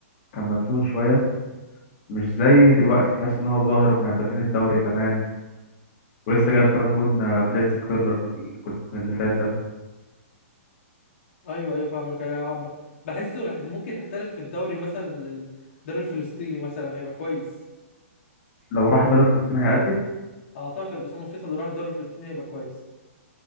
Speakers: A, on the left; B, on the left.
A: كان مدفون شويه مش زي دلوقتي تحس ان هو ظاهر ومن هدافين الدوري كمان ولسه جايب كمان جون آه، بريتز كيرلر الجون اللي فات ده
B: ايوه ايوه فاهمك انا حب بحسه يحت- ممكن يحترف في الدوري مثلا لل- الدوري الفلسطيني مثلا هيبقى كويس
A: لو راح دوري فلسطين هيأدي
B: اعتقد اسامه فيصل لو راح الدوري الفلسطيني هيبقى كويس